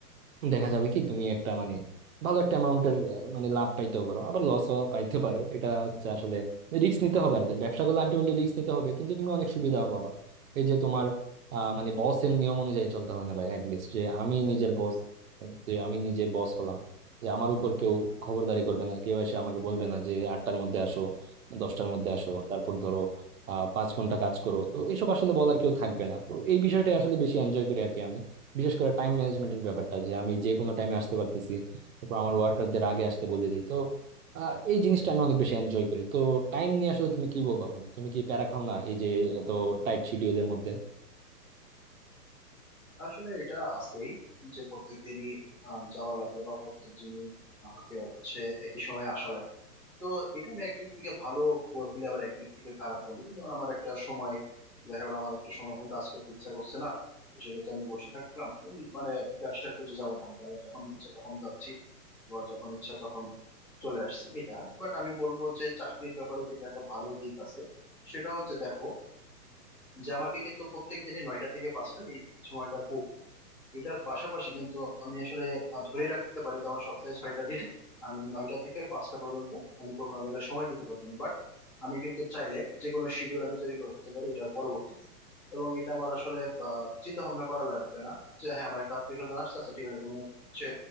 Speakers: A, on the right; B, on the left.
A: দেখা যাবে কি তুমি একটা মানে ভালো একটা অ্যামাউন্টের মানে লাভ পাইতেও পারো আবার লসও পাইতে পারো এটা হচ্ছে আসলে রিস্ক নিতে হবে আর কি ব্যবসা করলে আলটিমেটলি রিস্ক নিতে হবে কিন্তু তুমি অনেক সুবিধাও পাবা এই যে তোমার আহ, মানে বসের নিয়ম অনুযায়ী চলতে হবে না ভাই অ্যাটলিস্ট যে আমি নিজের বস যে আমি নিজের বস হলাম যে আমার উপর কেউ খবরদারি করবে না কেউ এসে আমাকে বলবে না যে আটটার মধ্যে আসো দশটার মধ্যে আসো তারপর ধরো আহ পাঁচ ঘন্টা কাজ করো তো এইসব আসলে বলার কেউ থাকবে না তো এই বিষয়টা আসলে বেশি এনজয় করি আর কি আমি বিশেষ করে টাইম ম্যানেজমেন্টের ব্যাপারটা যে আমি যে কোনো টাইমে আসতে পারতেছি তারপর আমার ওয়ার্কারদের আগে আসতে বলে দিই তো আহ, এই জিনিসটা আমি অনেক বেশি এনজয় করি তো টাইম নিয়ে আসলে তুমি কি বলবা বলো তুমি কি প্যারা খাও না এই যে এত টাইট শিডিউলের মধ্যে
B: আসলে এটা আছেই যে প্রত্যেক দিনই আহ, যাওয়া লাগে বা প্রত্যেক দিনই আমাকে হচ্ছে একই সময় আসা লাগে তো এটা আমি একদিক থেকে ভালো বলি আবার একদিক থেকে খারাপ বলি যেমন আমার একটা সময় দেখা গেলো আমার একটা সময় কাজ করতে ইচ্ছা করছে না তো সেক্ষেত্রে আমি বসে থাকলাম উম, মানে ব্যবসার কিছু যেমন হয় যে আমি যখন ইচ্ছা তখন যাচ্ছি বা যখন ইচ্ছা তখন চলে আসছি এটা বাট আমি বলবো যে চাকরির ব্যাপারে কিন্তু একটা ভালো দিক আছে সেটা হচ্ছে দেখো যে আমাকে কিন্তু প্রত্যেক দিনই নয়টা থেকে পাঁচটা এই সময়টা এটার পাশাপাশি কিন্তু আমি আসলে আহ, ধরে রাখতে পারি যে আমার সপ্তাহে ছয়টা দিন আমি নয়টা থেকে পাঁচটা পর্যন্ত আমি কোনো জায়গায় সময় দিতে পারবো না বাট আমি কিন্তু চাইলে যে কোনো শিডিউল আমি তৈরি করতে পারি এটার পরবর্তীতে এবং এটা আমার আসলে চিন্তা ভাবনা করা লাগবে না যে হ্যাঁ আমার একটা আত্মীয় স্বজন আসছে আচ্ছা ঠিক আছে তুমি হচ্ছে